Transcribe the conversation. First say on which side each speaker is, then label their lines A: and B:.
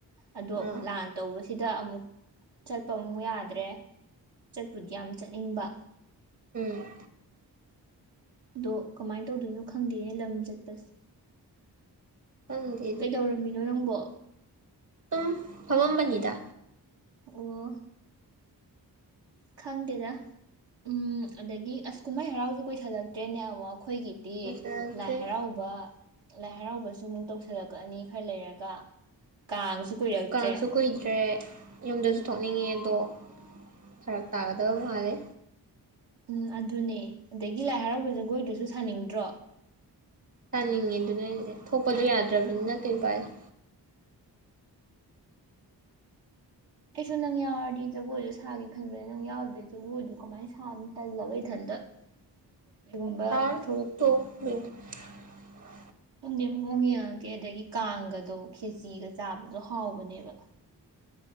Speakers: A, on the right; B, on the right.
A: ꯑꯗꯣ
B: ꯑꯥ
A: ꯂꯥꯟ ꯇꯧꯕ꯫ ꯁꯤꯗ ꯑꯃꯨꯛ ꯆꯠꯄ ꯑꯃꯨꯛ ꯌꯥꯗ꯭ꯔꯦ ꯆꯠꯄꯨꯗꯤ ꯌꯥꯝ ꯆꯠꯅꯤꯡꯕ꯫
B: ꯎꯝ꯫
A: ꯑꯗꯣ ꯀꯃꯥꯏ ꯇꯧꯗꯣꯏꯅꯣ ꯈꯪꯗꯦꯅꯦ ꯂꯝ ꯆꯠꯄꯁꯦ꯫
B: ꯈꯪꯗꯦ
A: ꯀꯩꯗꯧꯔꯝꯃꯤꯅꯣ ꯅꯪꯕꯣ꯫
B: ꯁꯨꯝ ꯐꯝꯃꯝꯕꯅꯤꯗ꯫
A: ꯑꯣ꯫ ꯈꯪꯗꯦꯗ ꯎꯝ ꯑꯗꯒꯤ ꯑꯁ ꯀꯨꯝꯍꯩ ꯍꯔꯥꯎꯁꯨ ꯀꯨꯏꯁꯜꯂꯛꯇ꯭ꯔꯦꯅꯦ ꯑꯃꯨꯛ꯫ ꯑꯩꯈꯣꯏꯒꯤꯗꯤ
B: ꯂꯣꯏꯁꯤꯜꯂꯛꯇ꯭ꯔꯤ
A: ꯂꯥꯏ ꯍꯔꯥꯎꯕ꯫ ꯂꯥꯏ ꯍꯔꯥꯎꯕꯁꯨ ꯑꯃꯨꯛ ꯇꯧꯁꯜꯂꯛꯀꯑꯅꯤ ꯈꯔ ꯂꯩꯔꯒ ꯀꯥꯡꯁꯨ ꯀꯨꯏꯔꯛꯇ꯭ꯔꯦ
B: ꯀꯥꯡꯁꯨ ꯀꯨꯣꯏꯗ꯭ꯔꯦ꯫ ꯌꯨꯝꯗꯁꯨ ꯊꯣꯛꯅꯤꯡꯉꯦ ꯑꯗꯣ ꯐꯔꯛ ꯇꯥꯒꯗꯕ ꯃꯥꯜꯂꯦ
A: ꯎꯝ ꯑꯗꯨꯅꯦ ꯑꯗꯒꯤ ꯂꯥꯏ ꯍꯔꯥꯎꯕꯒꯤ ꯖꯒꯣꯏꯗꯨꯁꯨ ꯁꯥꯅꯤꯡꯗ꯭ꯔꯣ꯫
B: ꯁꯥꯥꯅꯤꯡꯉꯦ ꯑꯗꯨꯅꯦ ꯍꯥꯏꯖꯦ ꯊꯣꯛꯄꯗꯣ ꯌꯥꯗ꯭ꯔꯕꯅꯤꯅ ꯀꯩ ꯎꯄꯥꯏ ꯂꯩ꯫
A: ꯑꯩꯁꯨ ꯅꯪ ꯌꯥꯎꯔꯗꯤ ꯖꯒꯣꯏꯗꯣ ꯁꯥꯒꯦ ꯈꯟꯕꯅ ꯅꯪ ꯌꯥꯎꯗ꯭ꯔꯗꯤ ꯖꯒꯣꯏꯗꯣ ꯀꯃꯥꯏꯅꯤ ꯇꯜꯂꯕ ꯏꯊꯟꯗ꯫ ꯀꯩꯒꯨꯝꯕ
B: ꯁꯥꯔ
A: <unintelligible>
B: <unintelligible>
A: ꯈꯪꯗꯦ ꯃꯑꯣꯡ ꯌꯦꯡꯉꯒꯦ ꯑꯗꯒꯤ ꯀꯥꯡꯒꯗꯣ ꯈꯦꯆꯤꯒ ꯆꯥꯕꯗꯣ ꯍꯥꯎꯕꯅꯦꯕ